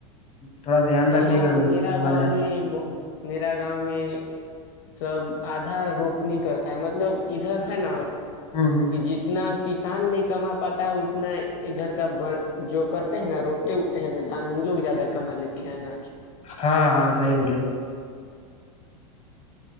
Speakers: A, on the left; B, on the left.
A: تھوڑا دھیان رکھیے
B: یہاں
A: گا ہم
B: میرا
A: ہمارے
B: گاؤں میں بہت میرا گاؤں میں سب آدھا روپنی کرتا ہے مطلب ادھر ہے نا
A: ہاں ہاں
B: کہ جتنا کسان نہیں کما پاتا اتنا ادھر کا ب جو کر <unintelligible> تے ہیں نا روپتے اتے ہیں نا دان ان لوگ زیادہ کما لیتے ہے اناج
A: ہاں ہاں صحی بولے